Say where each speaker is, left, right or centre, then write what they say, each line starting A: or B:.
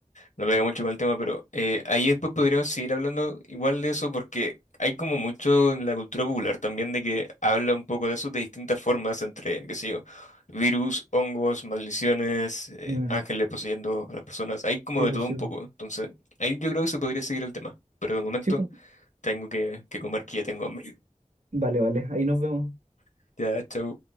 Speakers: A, on the left; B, on the right.
A: no pega mucho con el tema, pero eh, ahí después podríamos seguir hablando igual de eso porque hay como mucho en la cultura popular también de que habla un poco de eso de distintas formas entre, qué sé yo, virus, hongos, maldiciones, eh,
B: Mm,
A: ángeles poseyendo a las personas, hay como
B: sí,
A: de
B: pues
A: todo un
B: sí,
A: poco,
B: pues.
A: entonces ahí yo creo que se podría seguir el tema, pero de momento
B: Sí, pues.
A: tengo que, que comer que ya tengo hambre.
B: Vale, vale. Ahí nos vemos.
A: <laughs> Ya, chau.